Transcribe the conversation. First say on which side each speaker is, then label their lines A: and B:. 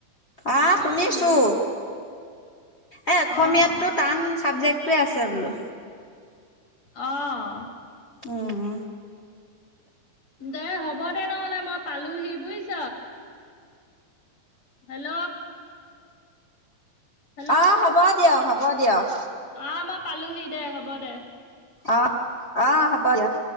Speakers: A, on the left; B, on the left.
A: আ
B: উম
A: শুনিছোঁ ‌। এ অসমীয়াতটো
B: অ
A: টান চাবজেক্টোৱে আছে বোলো।
B: অ'।
A: উম।
B: দে হ'ব দে নহ'লে, মই পালোহি বুইছ। হেল্ল'। হেল্ল'
A: অ', হ'ব দিয়ক-হ'ব দিয়ক।
B: অ', মই পালোহি দে হ'ব দে।
A: অ'-অ' হ'ব দিয়ক।